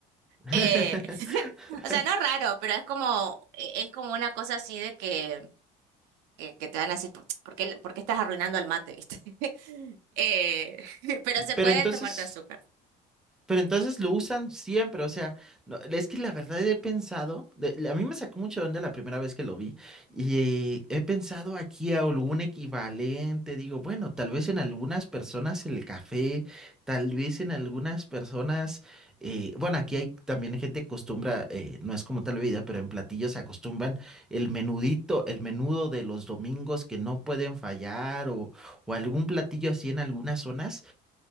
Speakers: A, in the centre; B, on the right.
A: <laughs>
B: Eh, <laughs> o sea, no raro, pero es como, e- es como una cosa así de que, que, que te van a decir, ¿por por qué, por qué estás arruinando el mate, viste? <laughs> Eh, <laughs> pero se
A: Pero
B: puede
A: entonces,
B: tomar con azúcar.
A: Pero entonces lo usan siempre, o sea, no, es que la verdad he pensado, de- a mí me sacó mucho de onda la primera vez que lo vi y he pensado aquí a algún equivalente, digo, bueno, tal vez en algunas personas el café, tal vez en algunas personas, eh, bueno, aquí hay también gente que acostumbra, eh, no es como tal bebida, pero en platillos se acostumbran el menudito, el menudo de los domingos que no pueden fallar o, o algún platillo así en algunas zonas